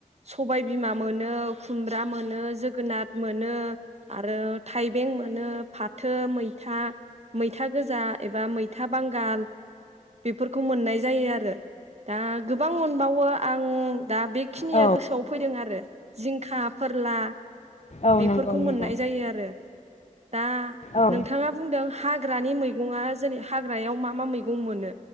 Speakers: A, on the right; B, on the left.
A: सबाय बिमा मोनो खुमब्रा मोनो जोगोनाथ मोनो आरो। थाइबें मोनो फाथो मै था मैथा गो जा एबा मैथा बांगाल बेफोरखौ मोननाय जायो आरो दा गोबां मोनबावो आं दा बेखिनिया
B: औ
A: गोसोआव फैदों आरो जिंखा फोरला
B: औ
A: बेफोरखौ
B: नंगौ नंगौ
A: मोननाय जायो आरो। दा
B: औ
A: नोंथाङा बुंदों हाग्रानि मै मैगङा <unintelligible> हाग्रायाव मा मा मैगं मोनो?